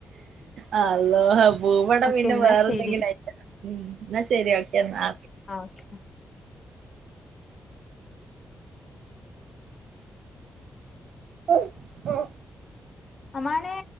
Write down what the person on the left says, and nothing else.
ഓക്കെ
എന്നാ
ശരി
ആ ഓക്കെ
അമാനേ